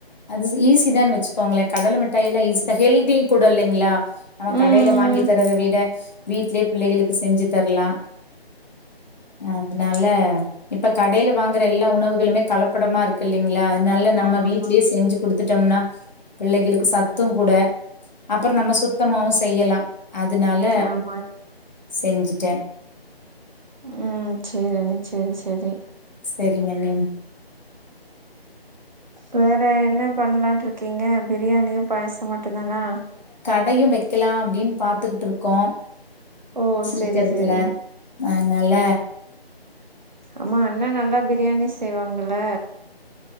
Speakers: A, on the left; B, on the right.
A: <unintelligible> <unintelligible> தான் வச்சுக்கோங்களேன் கடல மிட்டாய் எல்லாம் ஈசி தான் ஹெல்தியும் கூட இல்லைங்ளா நம்ம
B: ம்
A: கடையில வாங்கி தரத விட வீடலயே பிள்ளைகளுக்கு செஞ்சு தரலாம் அதனால இப்ப கடையில வாங்குற எல்லா உணவுகளுமே கலப்படமா இருக்கு இல்லைங் ல்ல அதனால நம்ம
B: ஆமா
A: வீட்லயே செஞ்சு குடுத்துட் ன்னா பிள்ளைகளுக்கு சத்தும் கூட அப்புறோ நம்ம சுத்தமாவு செய்யலா அதுனால
B: ஆமா
A: செஞ்சுட்டே
B: உம் சரி அண்ணி செரி செரி
A: சரிங்க நீ
B: வேற என் என்ன பண்லான்ட்றுக்கிங்க பிரியாணியும் பாயசமா மட்டு தானா
A: கடையும் வைக்கலாம் அப்டின்னு பாத்துக்குட்டு இருக்கோ
B: ஓ
A: சீக்கிரத்துல
B: செரி செரி
A: அஹ் நல்ல
B: ஆமா அண்ணன் நல்லா பிரியாணி செய்வாங்கல்ல